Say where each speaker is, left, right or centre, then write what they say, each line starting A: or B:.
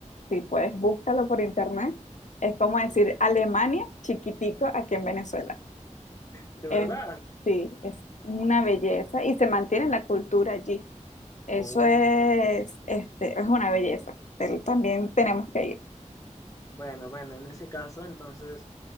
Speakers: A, on the left; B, on the left.
A: si puedes, búscalo por internet. Es como decir
B: ok.
A: Alemania chiquitico aquí en Venezuela.
B: De
A: Es,
B: verdad.
A: sí, es una belleza y se mantiene la cultura allí. Eso
B: Oh.
A: es, este, es una belleza. Pero también tenemos que ir.
B: Bueno, bueno, en ese caso, entonces